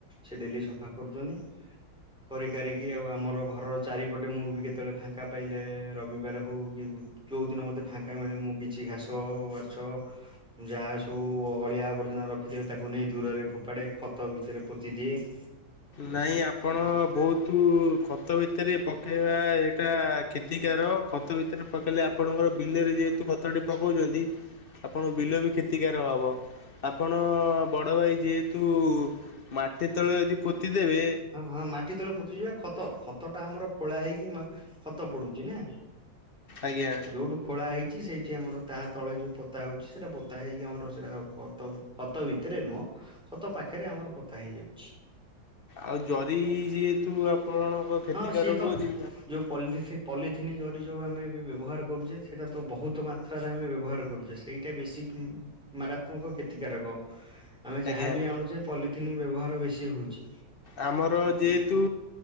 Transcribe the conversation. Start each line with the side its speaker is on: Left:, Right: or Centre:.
Centre: ସେ ଡେଲି ସଫା କରୁଛନ୍ତି କରିିକାରିକି ଆଉ ଆମର ଘରର ଚାରିପଟେ ମୁଁ ବି କେତେବେଳେ ଫାଙ୍କା ପାଇଲେ ରବିବାର ହେଉ କି ଯଉଦିନ ମୋତେ ଫାଙ୍କା ମିଳେ ମୁଁ କିଛି ଘାସ ବାଛ ଯାହା ସବୁ ଅଳିଆ ଆବର୍ଜନା ରଖିଥିବେ ତାକୁ ନେଇ ଦୂରରେ ଫୋପାଡ଼େ ଖତ ଭିତରେ ପୋତି ଦିଏ। ହ <inaudible>
Left: ନାଇଁ ଆପଣ ବହୁତୁ ଖ ତ ଭିତରେ ପକେଇବା ଏଟା କ୍ଷତିକାର ଖତ ଭିତରେ ପକେଇଲେ ଆପଣଙ୍କର ବିଲରେ ଯେହେ ତୁ ଖତଟି ପକଉଚନ୍ତି ଆପଣଙ୍କ ବିଲ ବି କ୍ଷତିକାର ହବ। ଆପଣ ବଡ଼ ଭାଇ ଯେହେତୁ ମାଟି ତଳେ ଯଦି ପୋତି ଦେବେ
Centre: ହଁ ହଁ ମାଟି ତଳେ ପୋତୁଚି ବା ଖତ ଖ ଖତଟା ଆମର ଖୋଳା ହେଇକି ମ ଖତ ପଡ଼ୁଚି ନା
Left: ଆଜ୍ଞା
Centre: ଯୋଉଠୁ ଖୋଳା ହେଇଚି ସେଇଠି ଆମର ତାହା ତଳେ ଯୋଉ ପୋତା ହଉଚି ସେଟା ପୋତା ହେଇକି ଆମର ସେଟା ଖତ ଖତ ଭିତରେ ନୁହଁ ଖତ ପାଖରେ ଆମର ପୋତା ହେଇଯାଉଛି।
Left: ଆଉ ଜରି ଯେହେତୁ ଆପଣଙ୍କ କ୍ଷତିକାରକ
Centre: ହଁ ସିଏ ତ
Left: ହେଉଛି
Centre: ଯୋଉ ପଲିଥି ପଲିଥିନି ଜରି ଯୋଉ ଆମେ ଏବେ ବ୍ୟବହାର କରୁଚେ ଏଟା ତ ବହୁତ ମାତ୍ ଟାରେ ଆମେ ବ୍ୟବହାର କରୁଚେ ସେଇଟା ବେଶିକି ମାରାତ୍ମକ କ୍ଷତିକାରକ। ଆମେ ଯାହା
Left: ଆଜ୍ଞା।
Centre: ବିି ଆଣୁଚେ ପଲିଥିନ୍ ବ୍ୟବହାର ବେଶୀ ହଉଚି।
Left: ଆମର ଯେହେତୁ